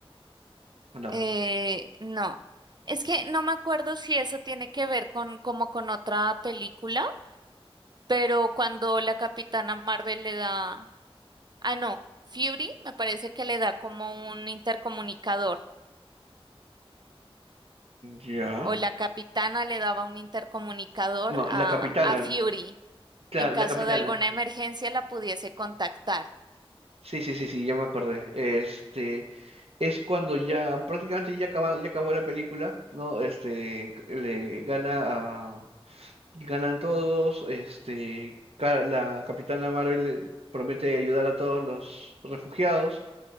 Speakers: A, on the right (about 80°); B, on the right (about 45°).
A: ¿o no?
B: eh, no, es que no me acuerdo si eso tiene que ver con como con otra película, pero cuando la Capitana Marvel le da, ah, no, Fury me parece que le da como un intercomunicador,
A: Ya.
B: o la Capitana le daba un intercomunicador
A: No,
B: a,
A: la capitana,
B: a Fury.
A: claro,
B: en caso
A: la capitana.
B: de alguna emergencia la pudiese contactar
A: Sí, sí, sí, sí, ya me acordé. Este, es cuando ya prácticamente ya acaba, ya acabó la película, ¿no? Este, le gana a Ganan todos, este, ca- la Capitana Marvel eh, promete ayudar a todos los refugiados